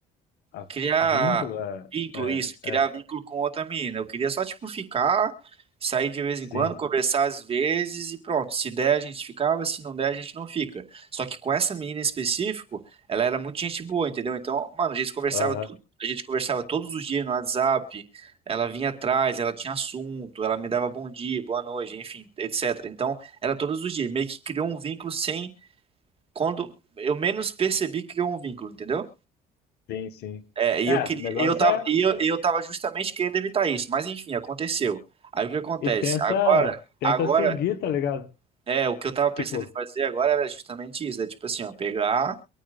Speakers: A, on the left; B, on the right.
A: a
B: criar
A: vínculo, é,
B: vínculo,
A: é,
B: isso, criar
A: é,
B: vínculo com outra menina. Eu queria só, tipo, ficar, sair de vez
A: sim.
B: em quando, conversar às vezes e pronto. Se der, a gente ficava, se não der, a gente não fica. Só que com essa menina em específico, ela era muito gente boa, entendeu? Então, mano, a gente conversava,
A: Aham,
B: tu- a gente conversava todos os dias no WhatsApp. Ela vinha atrás, ela tinha assunto, ela me dava bom dia, boa noite, enfim, etc. Então, era todos os dias, meio que criou um vínculo sem quando eu menos percebi, criou um vínculo, entendeu?
A: sim, sim.
B: É, e
A: É,
B: eu queria,
A: o negócio
B: eu tava,
A: é,
B: e eu, eu tava justamente querendo evitar isso, mas enfim, aconteceu. Aí o que acontece?
A: e tenta,
B: Agora,
A: tenta
B: agora,
A: seguir, tá ligado?
B: é, o que eu tava pensando
A: Tipo,
B: em fazer agora era justamente isso, é tipo assim, ó, pegar